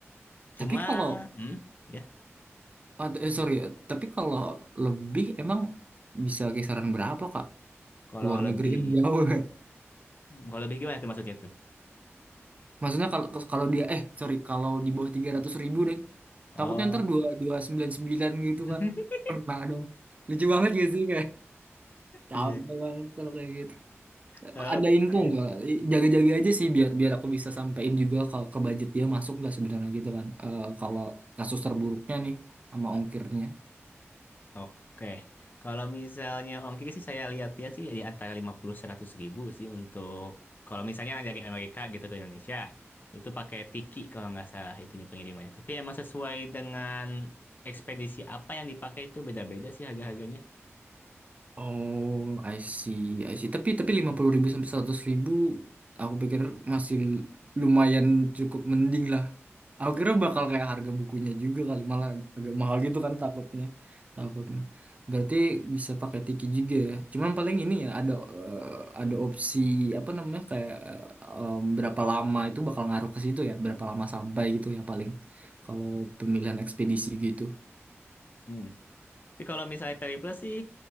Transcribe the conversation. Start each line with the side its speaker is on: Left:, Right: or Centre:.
Left: Cuma,
Right: Tapi kalau
Left: hmm, ya,
Right: atau- eh sorry, eh, tapi kalau lebih emang bisa kisaran berapa Kak?
Left: kalau
Right: Luar
Left: lebih,
Right: negeri kan jauh ya.
Left: kalau lebih gimana tuh maksudnya tuh?
Right: Maksudnya kalau kalau dia eh sorry kalau di bawah 300 ribu deh.
Left: Oh,
Right: Takutnya ntar dua dua sembilan sembilan gitu
Left: <laughs>
Right: kan. Kena dong. Lucu banget gak sih Capek
Left: Iya.
Right: banget kalau kayak gitu.
Left: oke.
Right: Ada info nggak? Jaga-jaga aja sih biar biar aku bisa sampein juga kalau ke budget dia masuk nggak sebenarnya gitu kan. Eh, kalau kasus terburuknya nih sama ongkirnya.
Left: Oke, kalau misalnya ongkir sih saya lihat-lihat sih ya di antara 50 100 ribu sih untuk kalau misalnya dari Amerika gitu ke Indonesia itu pakai Tiki kalau nggak salah itunya pengirimannya. Tapi emang sesuai dengan ekspedisi apa yang dipakai itu beda-beda sih harga-harganya.
Right: Oh, I see, I see. Tapi tapi lima puluh ribu sampai seratus ribu aku pikir masih lumayan cukup mending lah Aku kira bakal kayak harga bukunya juga kali, malah agak mahal gitu kan takutnya. Takutnya. Berarti bisa pakai Tiki juga ya. Cuman paling ini ya ada eh, ada opsi apa namanya kayak eh, em, berapa lama itu bakal ngaruh ke situ ya, berapa lama sampai gitu ya paling kalau pemilihan ekspedisi gitu.
Left: Hmm. Tapi kalau misalnya Periplus sih